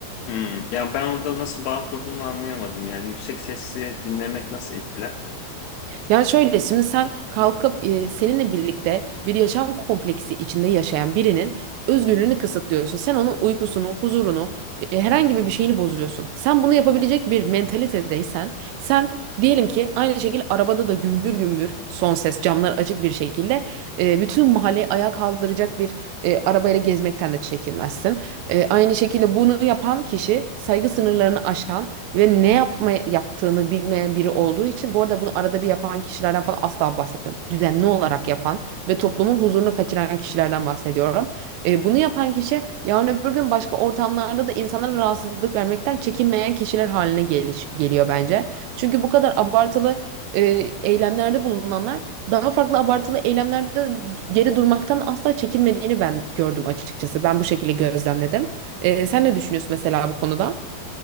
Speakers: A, on the left (about 75°); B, on the right (about 85°).
A: Hmm. Yani ben orada nasıl bağ kurduğunu anlayamadım. Yani yüksek sesli dinlemek nasıl etkiler?
B: Ya şöyle şimdi sen kalkıp e, seninle birlikte bir yaşam kompleksi içinde yaşayan birinin özgürlüğünü kısıtlıyorsun. Sen onun uykusunu, huzurunu, e, herhangi bir şeyini bozuyorsun. Sen bunu yapabilecek bir mentalitedeysen, sen diyelim ki aynı şekilde arabada da gümbür gümbür son ses camlar açık bir şekilde e, bütün mahalleyi ayağa kaldıracak bir e, arabayla gezmekten de çekinmezsin. E, aynı şekilde bunu yapan kişi saygı sınırlarını aşan ve ne yapma yaptığını bilmeyen biri olduğu için bu arada bunu arada bir yapan kişilerden falan asla bahsetmiyorum. Düzenli olarak yapan ve toplumun huzurunu kaçıran kişilerden bahsediyorum. E, bunu yapan kişi yarın öbür gün başka ortamlarda da insanlara rahatsızlık vermekten çekinmeyen kişiler haline geliş, geliyor bence. Çünkü bu kadar abartılı e, eylemlerde bulunanlar daha farklı abartılı eylemlerde geri durmaktan asla çekinmediğini ben gördüm açıkçası. Ben bu şekilde gözlemledim. E, sen ne düşünüyorsun mesela bu konuda?